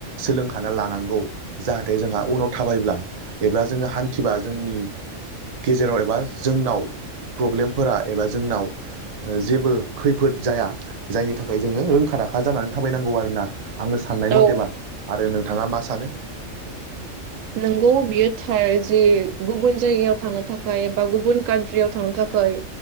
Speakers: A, on the right; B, on the right.
A: सोलोंखाना लानांगौ। जाहाथे जोंहा उनाव थाबायब्ला एबा जोङो हान्थिबा जोंनि गेजेराव एबा जोंनाव प्रब्लेमफोरा एबा जोंनाव जेबो खैफोद जाया जायनि थाखाय जोङो रोंखा राखा जानानै थाबायनांगौ आरो। आङो साननाय
B: औ
A: मथेबा आरो नोंथाङा मा सानो?
B: नोंगौ बियो थार जे गुबुन जायगायाव थांनो थाखाय बा गुबुन कान्ट्रियाव थांनो थाखाय